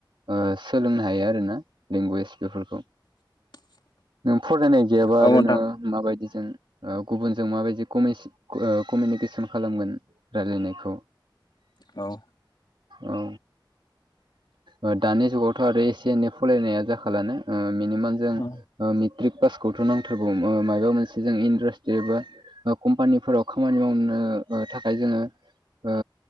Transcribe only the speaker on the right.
ओ सोलोंनो हायो आरोना लेंगुवेज बेफोरखौ
नों फरायनाय गैयाबा
आरो
नोङो माबायदिजों ओ गुबुनजों माबायदि कमिस कमिउनिकेसन खालामगोन? रायलायनायखौ
औ। ओ दानि जुगावथ' आरो एसे एनै फलायनाया जाखालानो ओ मिनिमाम जों ओ
मेट्रिक पासथ' नांथारगौ मो ओ मायबा मोनसे जों इन्दासट्रि एबा ओ कम्पानिफोराव खामानि मावनो ओ थाखाय जोङो ओ